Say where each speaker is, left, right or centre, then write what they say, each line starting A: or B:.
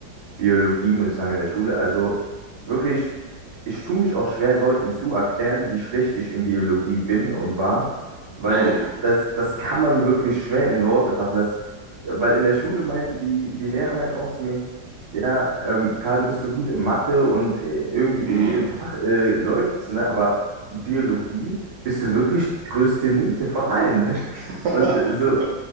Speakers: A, on the right (about 35°); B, on the right (about 75°).
A: Biologie, muss ich sagen, in der Schule. Also wirklich, ich tue mich auch schwer, Leuten zu erklären, wie schlecht ich in Biologie bin und war, weil
B: Ja, ja.
A: das, das kann man wirklich schwer in Worte fassen. Das, weil in der Schule meinten die, die Lehrer meinten auch zu mir, ja, ähm, Karl, du bist so gut in Mathe und äh, irgendwie
B: Mhm.
A: in jedem Fach äh, läuft's, ne? Aber Biologie bist du wirklich die größte Niete von allen, ne?
B: <laughs>
A: Und so,